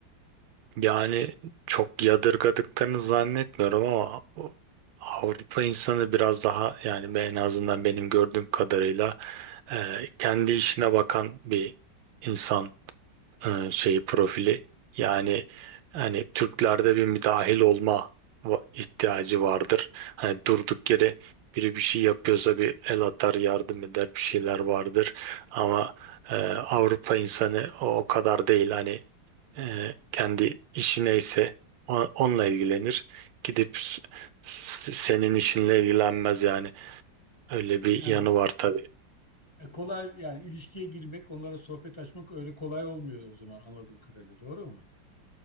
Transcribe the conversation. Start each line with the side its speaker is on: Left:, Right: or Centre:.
Right: Yani çok yadırgadıklarını zannetmiyorum ama Avrupa insanı biraz daha yani ben- en azından benim gördüğüm kadarıyla e, kendi işine bakan bir insan e, şeyi profili. Yani hani Türklerde bir müdahil olma va- ihtiyacı vardır. Hani durduk yere biri bir şey yapıyorsa bir el atar yardım eder bir şeyler vardır. Ama e, Avrupa insanı o kadar değil. Hani ee, kendi işi neyse o- onunla ilgilenir. Gidip s- s- senin işinle ilgilenmez yani. Öyle bir
Left: Yani
Right: yanı var tabii.
Left: e, kolay yani ilişkiye girmek, onlara sohbet açmak öyle kolay olmuyor o zaman anladığım kadarıyla. Doğru mu?